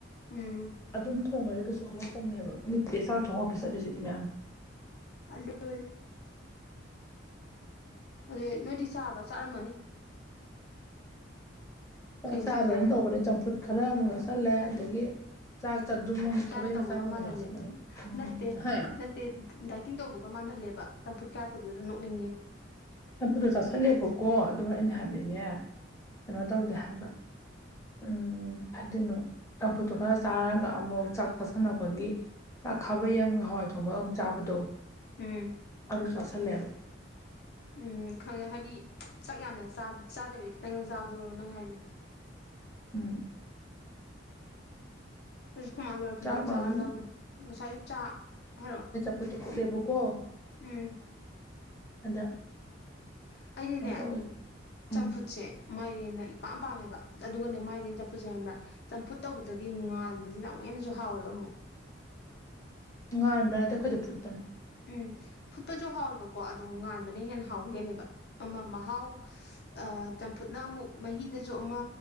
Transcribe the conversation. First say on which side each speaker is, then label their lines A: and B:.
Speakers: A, on the left (about 60°); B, on the left (about 15°).
A: ꯎꯝ
B: ꯑꯗꯨꯝ ꯊꯣꯡꯉꯔꯗꯤ ꯀꯩꯁꯨ ꯈꯜꯂꯛꯇꯕꯅꯦꯕ ꯃꯤ ꯆꯥꯛ ꯊꯣꯡꯉ ꯑꯣꯐꯤꯁ ꯆꯠꯂꯤꯁꯤꯗꯤ ꯃꯌꯥꯝ
A: ꯑꯗꯨꯅꯤ ꯑꯗꯨꯗꯤ ꯅꯣꯏꯗꯤ ꯆꯥꯕ꯭ꯔ ꯆꯥꯔꯝꯃꯅꯤ
B: ꯆꯥꯛ
A: ꯀꯩ ꯌꯦꯟꯁꯥꯡ
B: ꯆꯥꯔꯣꯏꯅ
A: ꯆꯥꯏ
B: ꯇꯧꯕꯅꯦ ꯆꯝꯐꯨꯠ ꯈꯔ ꯑꯃꯨꯛ ꯆꯥꯥꯁꯜꯂꯦ ꯑꯗꯒꯤ ꯆꯥꯛ ꯆꯗꯨꯝ ꯑꯃꯥ ꯈꯥꯕꯩ
A: ꯗꯥꯏꯠ ꯇꯧꯕꯒ
B: ꯃꯆꯥ ꯑꯃꯒꯨꯝ
A: ꯃꯥꯟꯍꯜꯂꯦ
B: ꯆꯥꯁꯤꯂꯒ
A: ꯅꯠꯇꯦ
B: ꯍꯥ
A: ꯅꯠꯇꯦ ꯗꯥꯏꯇꯤꯡ ꯇꯧꯕꯒ ꯃꯥꯟꯍꯜꯂꯦꯕ ꯆꯝꯐꯨꯠ ꯀꯥꯏꯔꯛꯄꯗꯨꯗ ꯅꯣꯛꯅꯤꯡꯉꯦ
B: ꯆꯝꯐꯨꯠꯇꯣ ꯆꯥꯥꯁꯜꯂꯦꯕꯀꯣ ꯑꯗꯨꯒ ꯑꯩꯅ ꯍꯥꯏꯕꯗꯤꯅꯦ
A: ꯎꯝ
B: ꯀꯩꯅꯣ ꯇꯧꯗꯦ ꯍꯥꯏꯕ ꯎꯝ ꯀꯩ ꯍꯏꯗꯣꯏꯅꯣ ꯆꯝꯐꯨꯠꯇꯣ ꯈꯔ ꯆꯥꯔꯒ ꯑꯃꯨꯛ ꯆꯥꯛ ꯆꯥꯥꯁꯟꯅꯕꯒꯤ ꯆꯥꯛ ꯈꯥꯕꯩ ꯑꯃꯒ ꯍꯋꯥꯏ ꯊꯣꯡꯕꯒ ꯑꯃꯨꯛ ꯆꯥꯕꯗꯣ
A: ꯎꯝ
B: ꯑꯗꯨ ꯆꯥ ꯁꯜꯂꯦꯕ
A: ꯎꯝ ꯈꯪꯉꯦ ꯍꯥꯏꯗꯤ ꯆꯥꯛ ꯌꯥꯝꯅ ꯆꯥꯗꯕꯤꯗꯤ ꯈꯤꯇꯪ ꯆꯥꯕꯗꯔꯣ ꯅꯪ ꯍꯥꯏꯁꯦ
B: ꯎꯝ
A: ꯎꯝ ꯈꯣꯢꯃꯥ ꯂꯣꯏꯔ ꯄꯨꯂꯞ
B: ꯆꯥꯛꯅ
A: ꯆꯥꯔꯗꯕꯅꯤ
B: ꯑꯗꯨꯝ
A: ꯉꯁꯥꯏꯁꯨ ꯆꯥ ꯍꯥꯏꯔꯛꯑꯣ
B: ꯐꯨꯠꯇꯤ ꯐꯨꯠꯂꯦꯕꯀꯣ
A: ꯎꯝ
B: ꯑꯗ
A: ꯑꯩꯗꯤꯅꯦ
B: ꯀꯩꯅꯣ ꯇꯧꯋꯦꯕ
A: ꯆꯝꯐꯨꯠꯁꯦ
B: ꯎꯝ
A: ꯃꯥꯏꯔꯦꯟꯅ ꯏꯄꯥꯝ ꯄꯥꯝꯃꯦꯕ ꯑꯗꯨꯒꯅꯦ ꯃꯥꯏꯔꯦꯟ ꯆꯠꯐꯨꯠꯁꯤ ꯈꯪꯕ꯭ꯔꯥ ꯆꯝꯐꯨꯠ ꯇꯧꯕꯗꯒꯤ ꯉꯥꯟꯕꯁꯤꯅ ꯑꯃꯨꯛ ꯍꯦꯟꯅꯁꯨ ꯍꯥꯎꯋꯦꯕ ꯑꯃꯨꯛ
B: ꯉꯥꯟꯕ ꯅꯠꯇꯦ ꯑꯩꯈꯣꯏꯗꯤ ꯐꯨꯠꯄꯅꯤ
A: ꯎꯝ ꯐꯨꯠꯄꯁꯨ ꯍꯥꯎꯋꯦꯕꯀꯣ ꯑꯗꯣ ꯉꯥꯟꯕꯅ ꯍꯦꯟꯅ ꯍꯥꯎꯕ ꯍꯦꯜꯂꯦꯕ ꯑꯃ ꯃꯍꯥꯎ ꯑꯥ ꯆꯝꯐꯨꯠꯅ ꯑꯃꯨꯛ ꯃꯍꯤꯗꯁꯨ ꯑꯃ